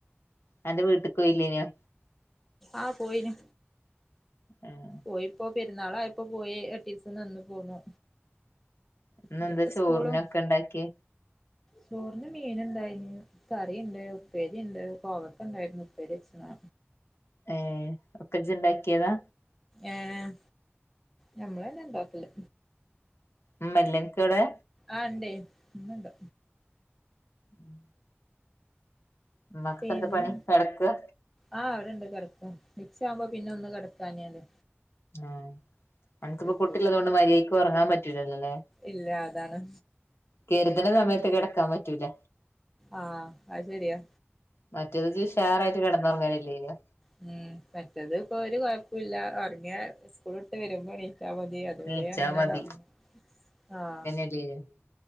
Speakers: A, on the left (about 70°); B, in the centre.
A: അന്റെ വീട്ട്ക്കോയില്ലേനിയോ
B: ആഹ് പോയിനു
A: ഏഹ്
B: പോയിപ്പോ പെരുന്നാളായിപ്പോ പോയി എട്ടീസം നിന്ന് പോന്നു
A: ഇന്നെന്താ
B: ഇനിപ്പ
A: ചോറിനൊക്കെ
B: സ്കൂളും
A: ഉണ്ടാക്കിയേ
B: ചോറിന് മീൻ ഇണ്ടായിന്ന് കറിണ്ട് ഉപ്പേരിണ്ട് കോവക്ക ഉണ്ടായിരുന്നു ഉപ്പേരി എച്ച്നാ
A: ഏഹ് ഒക്കെ ഇജ്ജ്ണ്ടാക്കിയതാ
B: ഏഹ് ഞമ്മളന്ന ഇണ്ടാക്കല്
A: ഉമ്മല്ലെ അൻക്കവടെ
B: ആഹ് ഇണ്ടേ ഇമ്മണ്ട്
A: ഉം ഉമ്മാക്ക്
B: പിന്നെ
A: എന്ത പണി കെടക്കാ
B: ആഹ് അവിടെ ഇണ്ട് കെടക്ക മിക്സ് ആവുമ്പോ പിന്നെ ഒന്ന് കെടക്കാഞ്ഞാല്
A: ആഹ് അൻക്ക്പ്പോ
B: പറ്റൂല
A: കുട്ടിള്ളതൊണ്ട് മര്യായ്ക്ക് ഉറങ്ങാൻ പറ്റൂലല്ലോ ല്ലേ
B: ഇല്ല അതാണ്
A: കേ ചില സമയത്ത് കിടക്കാൻ പറ്റൂല
B: ആഹ് അത് ശെരിയാ
A: മറ്റേത് ജ്ജ് ഷാറായിട്ട് കെടന്നുറങ്ങല്‌ അല്ലേനിയോ
B: ഉം മറ്റത് ഇപ്പൊ ഒരു കൊഴപ്പുല്ല ഒറങ്ങിയ സ്കൂള് വിട്ട് വരുമ്പോ എണീറ്റാ മതി അതുവരെ
A: നീച്ചാ
B: അങ്ങനെ
A: മതി
B: തറങ്ങു ആഹ്
A: <unintelligible>